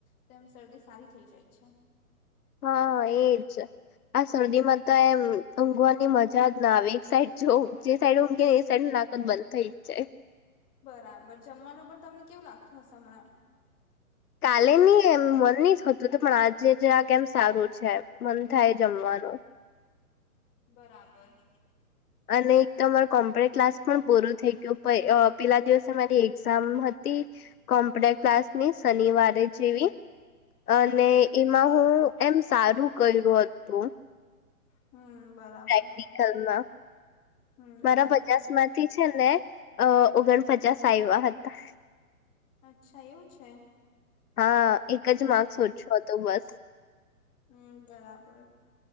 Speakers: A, on the left; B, on the left.
A: તો એમ શરદી સારી થઇ જાય છે.
B: હા એજ આ શરદી માં તો એમ ઊંઘવાની મજા જ ના આવે એક સાઈડ જો જે સાઈડ ઊંઘને એ સાઈડ નાક બંધ થઈ જ જાય.
A: બરાબર જમવાનું પણ તમને કેવું લાગતું હશે હમણાં
B: કાલે નની એમ મન નહ થતું હતું પણ આજે જ આ કેમ સારું છે. મન થાય જમવાનું.
A: બરાબર
B: અને એક તો અમારો કોમ્પ્યુટર ક્લાસ પણ પૂરું થઈ ગયું પેલા દિવસે મારી એક્ઝામ હતી કોમ્પ્યુટ ક્લાસની શનિવારે જેવી
A: હમ્મ.
B: અને એમાં હું એમ સારું કર્યું હતું.
A: હમ બરાબર
B: ક
A: હમ્મ
B: મારા
A: બરાબર
B: પચાસમાં થી છેને અ ઓગણપચાસ આવ્યા હતા.
A: અચ્છા એવું છે
B: હા એક
A: હમ્મ.
B: જ માર્કસ ઓછો હતો બસ.
A: હમ બરાબર